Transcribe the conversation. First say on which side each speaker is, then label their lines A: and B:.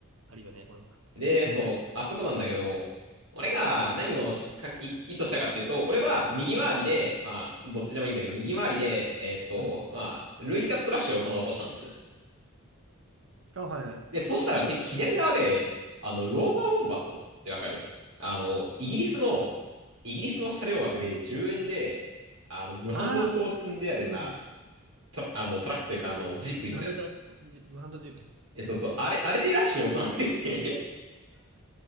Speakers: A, on the right; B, on the right.
A: あるよね、この。
B: で、そう、
A: うん
B: あそこなんだけど、俺が何をしかい意図したかっていうと、俺は右回りで、まあ、どっちでもいいんだけど、右回りで、えーっと、
A: うん。
B: まあ、ルイカットラッシュを行おうとしたんですね。
A: あ、はいはい。
B: で、そしたら敵左側で、あの、ローバーウォンバットってわかるあの、イギリスの、イギリスの車両枠で10円で、あの、無反動砲を積んであるさ、
A: ああ、うん。
B: トラ、あの、トラックというか、あの、ジープいるじゃん。
A: ハンドトラック、ハンドジーペン。
B: え、そうそう、あれ、あれでラッシュを行ってきて